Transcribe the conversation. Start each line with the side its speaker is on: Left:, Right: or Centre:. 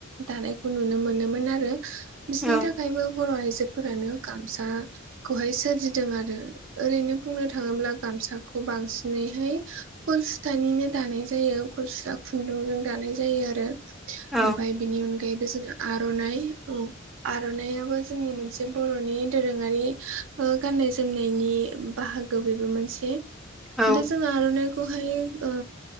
Right: दानायखौ नुनो मोनोमोन आरो बिसिनि
Centre: औ
Right: थाखायबो बर'आयजो फोरानो गामसाखौहाय सोरजिदों आरो। ओरैनो बुंनो थांङोब्ला गामसाखौ बांसिनैहाय कल सुथानिनो दानाय जायो। खल सुसा खुन्दुंजों दानाय जायो आरो
Centre: औ
Right: ओमफ्राय बेनि अनगायैबो जोंहा आर'नाय औ आर'नायइाबो जोंनि मोनसे बर'नि दोरोङारि ओ गाननाय जोमनायनि बाहागो बेबो मोनसे
Centre: औ
Right: दा जों आर'नाइखौहाय ओ